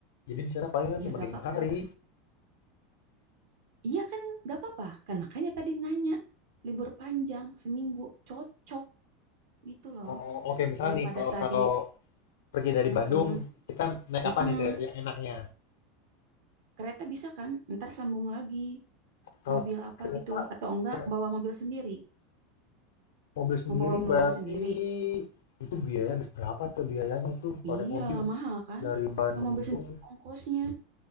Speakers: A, on the left; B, on the right.
A: Jadi di sana palingan
B: Ya
A: cuma
B: gak
A: lima
B: apa-apa.
A: hari.
B: Iya kan gak apa-apa. Kan makanya tadi nanya libur panjang seminggu cocok gitu loh.
A: Oh oke misalnya
B: Daripada
A: nih kalau
B: tadi,
A: kalau pergi dari
B: heeh,
A: Bandung, kita naik
B: heeh.
A: apa nih Teh, yang enaknya?
B: Kereta bisa kan? Ntar sambung lagi
A: Kalau
B: mobil apa
A: kereta,
B: gitu atau enggak
A: kereta
B: bawa mobil sendiri?
A: mobil sendiri
B: Mau bawa
A: berarti
B: mobil sendiri?
A: itu biayanya berapa tuh biayanya tuh kalau
B: Iya
A: naik mobil
B: mahal kan?
A: dari Bandung
B: Bawa mobil sendiri ongkosnya,